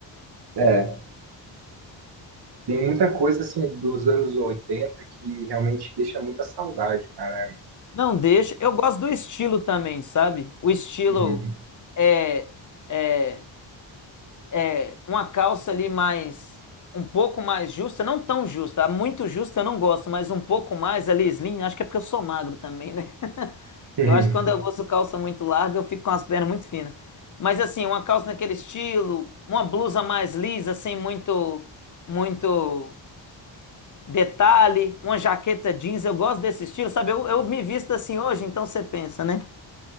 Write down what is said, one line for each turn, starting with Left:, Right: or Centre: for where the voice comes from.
Right: é, tem muita coisa assim dos anos oitenta que realmente deixa muita saudade, cara.
Left: Não deixa. Eu gosto do estilo também, sabe? O estilo
Right: Uhum,
Left: é, é, é uma calça ali mais um pouco mais justa, não tão justa, muito justa eu não gosto, mas um pouco mais ali slim, acho que é porque eu sou magro também, né?
Right: uhum.
Left: Eu acho que quando eu uso calça muito larga, eu fico com as pernas muito finas. Mas assim, uma calça naquele estilo, uma blusa mais lisa, sem muito, muito detalhe, uma jaqueta jeans, eu gosto desse estilo, sabe? Eu, eu me visto assim hoje, então você pensa, né?